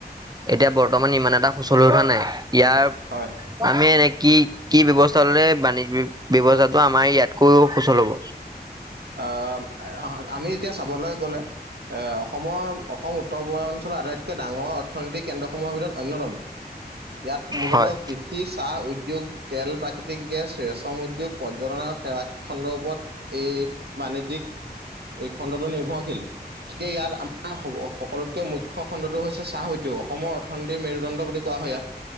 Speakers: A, on the right (about 25°); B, on the right (about 70°).
A: এতিয়া বৰ্তমান ইমান এটা সুঁচল হোৱা নাই, ইয়াৰ
B: হয়।
A: আমি এনে কি। কি ব্যৱস্থা ল'লে বাণিজ্য ব্যৱস্থাটো আমাৰ ইয়াতকৈও সুচল হ'ব।
B: অ', আমি এতিয়া চাবলৈ গ'লে এ অসমৰ অসমত। উত্তৰ-পূৰ্বাঞ্চলৰ অঞ্চলৰ আটাইতকৈ ডাঙৰ অৰ্থনৈতিক কেন্দ্ৰসমূহৰ ভিতৰত অন্যতম, ইয়াত মূলতঃ
A: হয়
B: কৃষি। কৃষি, চাহ উদ্যোগ, তেল, প্ৰাকৃতিক গেছ, ৰেচম উদ্যোগ পৰ্যটনৰ সেৱা খণ্ডৰ ওপৰত এই বাণিজ্যিক, এই খণ্ডটো নিৰ্ভৰশীল। এতিয়া ইয়াত আমাৰ সকলোতকৈ মুখ্য খণ্ডটো হৈছে চাহ উদ্যোগ, অসমৰ অৰ্থনীতিৰ মেৰুদণ্ড বুলি কোৱা হয় ইয়াক।